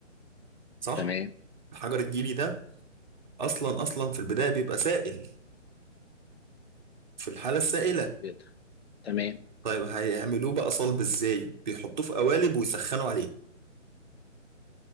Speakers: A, on the right; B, on the left.
A: صح
B: تمام
A: الحجر الجيري ده اصلا اصلا في البدايه بيبقى سائل في الحاله السائله
B: أبيض تمام
A: طيب هيعملوه بقى صلب ازاي بيحطوه في قوالب ويسخنوا عليه